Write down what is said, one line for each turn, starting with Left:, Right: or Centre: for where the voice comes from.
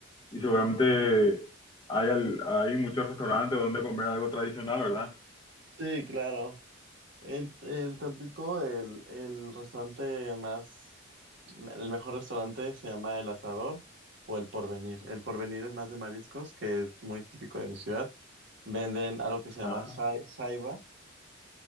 Left: Y seguramente hay, al- hay muchos restaurantes donde comer algo tradicional, ¿verdad?
Right: Sí, claro. En, en Tampico el, el restaurante más, el mejor restaurante se llama El Asador o El Porvenir. El Porvenir es más de mariscos, que es muy típico de mi ciudad. Venden algo que se llama
Left: Ah,
Right: jai- jaiba,